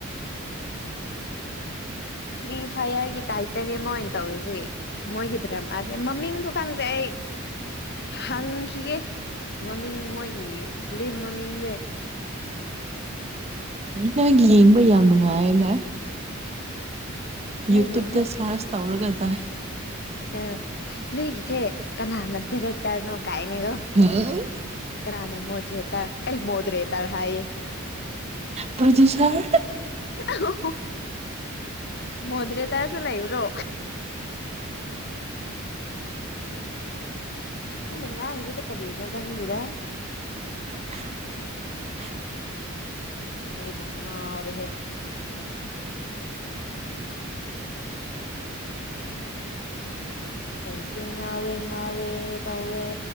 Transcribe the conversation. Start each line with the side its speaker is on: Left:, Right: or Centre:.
Left: ꯐ꯭ꯔꯤ ꯐꯌꯔꯒꯤ ꯇꯥꯏꯞꯇꯅꯦ ꯃ ꯑꯣꯏꯅ ꯇꯧꯔꯤꯁꯤ ꯃꯣꯏꯒꯤ ꯗ꯭ꯔꯃꯥꯁꯦ ꯃꯃꯤꯡꯁꯨ ꯈꯪꯗꯦ ꯍ <unintelligible> <inaudible> ꯍꯪꯈꯤꯒꯦ ꯃꯃꯤꯡ ꯃꯣꯏꯒꯤ ꯐꯤꯂꯤꯝ ꯃꯃꯤꯡꯁꯦ
Right: ꯅꯪꯒꯤ ꯌꯦꯡꯕ ꯌꯥꯝ ꯅꯨꯡꯉꯥꯏꯌꯦꯅꯦ
Left: ꯅꯣꯏꯒꯤ
Right: ꯌꯨꯇꯨꯨꯞꯇ ꯁꯔꯁ ꯇꯧꯔꯒ ꯠ
Left: ꯑ ꯅꯣꯏꯒꯤꯁꯦ ꯀꯅꯥꯅꯊꯔꯦꯛꯇꯔꯅꯣ ꯀꯥꯏꯅꯦꯒꯣ
Right: ꯎꯝ
Left: ꯀꯅꯥꯅ ꯃꯣꯗ꯭ꯔꯦꯇꯥꯔ ꯑꯩ ꯃꯣꯗ꯭ꯔꯦꯇꯥꯔ ꯍꯥꯏꯌꯦ ꯑꯍ
Right: ꯄ꯭ꯔꯣꯗ꯭ꯌꯨꯁꯔ
Left: ꯑ ꯍꯤ ꯑꯣ ꯃꯣꯗ꯭ꯔꯦꯇꯔꯁꯨ ꯂꯩꯕ꯭ꯔꯣ ꯏꯟꯅ ꯉꯉꯖꯗ ꯀꯗꯤꯅ ꯀꯗꯤꯔꯥ
Right: <inaudible>
Left: ꯑꯕꯨꯡꯉꯔ ꯍꯦ ꯑꯩꯁꯤ ꯉꯥꯎꯔꯦ ꯉꯥꯎꯔꯦ ꯇꯧꯔꯦ